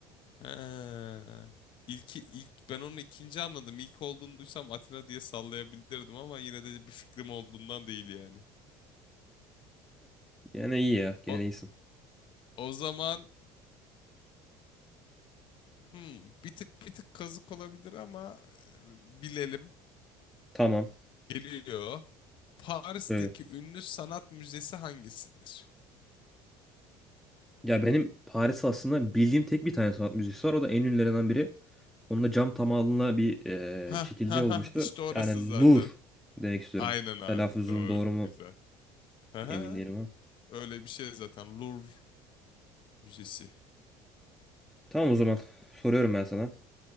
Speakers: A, on the left; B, in the centre.
A: He. İlki, ilk ben onu ikinci anladım. İlk olduğunu duysam Atina diye sallayabilirdim ama yine de bir fikrim olduğundan değil yani.
B: Gene iyi ya. Gene
A: O
B: iyisin.
A: o zaman hmm, bir tık bir tık kazık olabilir ama e, bilelim.
B: Tamam.
A: Geliyor. Paris'teki
B: Böyle.
A: ünlü sanat müzesi hangisidir?
B: Ya benim Paris aslında bildiğim tek bir tane sanat müzesi var. O da en ünlülerinden biri. Onun da cam tamamına bir
A: Ha
B: eee, şekilde
A: ha
B: olmuştu.
A: ha işte orası
B: Yani
A: zaten.
B: Louvre demek istiyorum.
A: Aynen abi
B: Telaffuzum
A: doğru
B: doğru mu?
A: güzel. Ha ha
B: Emin değilim ama.
A: öyle bir şey zaten Louvre Müzesi.
B: Tamam o zaman. Soruyorum ben sana.